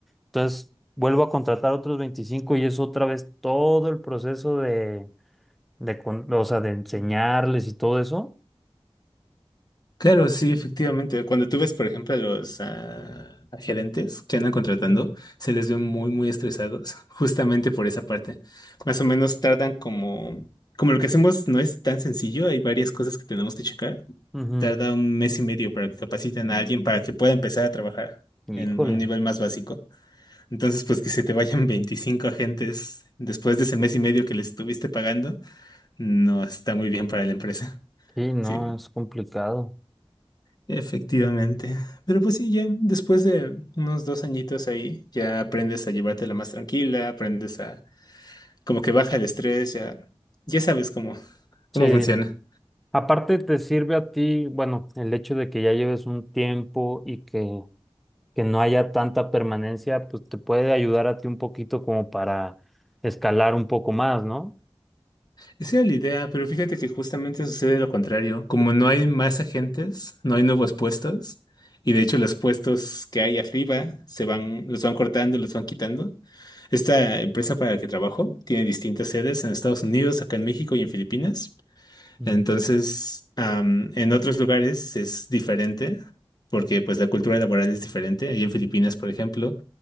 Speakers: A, in the centre; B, on the left (about 40°).
A: Entonces, vuelvo a contratar otros 25 y es otra vez todo el proceso de, de, con- o sea, de enseñarles y todo eso.
B: Claro, sí, efectivamente. Cuando tú ves, por ejemplo, a los ah, a gerentes que andan contratando, se les ve muy, muy estresados, justamente por esa parte. Más o menos tardan como, como lo que hacemos no es tan sencillo, hay varias cosas que tenemos que checar.
A: Ujú.
B: Tarda un mes y medio para que capaciten a alguien para que pueda empezar a trabajar
A: Híjole.
B: en un nivel más básico. Entonces, pues que se te vayan <laughs> 25 agentes después de ese mes y medio que les estuviste pagando, no está muy bien para la empresa. <laughs>
A: Sí, no,
B: Sí,
A: es complicado.
B: efectivamente. Pero pues sí, ya después de unos dos añitos ahí, ya aprendes a llevártela más tranquila, aprendes a como que baja el estrés, ya, ya sabes cómo,
A: Sí,
B: cómo funciona.
A: aparte te sirve a ti, bueno, el hecho de que ya lleves un tiempo y que, que no haya tanta permanencia, pues te puede ayudar a ti un poquito como para escalar un poco más, ¿no?
B: Esa era la idea, pero fíjate que justamente sucede lo contrario. Como no hay más agentes, no hay nuevos puestos, y de hecho los puestos que hay arriba se van, los van cortando, los van quitando. Esta empresa para la que trabajo tiene distintas sedes en Estados Unidos, acá en México y en Filipinas.
A: Mm.
B: Entonces, am, en otros lugares es diferente, porque pues la cultura laboral es diferente. Ahí en Filipinas, por ejemplo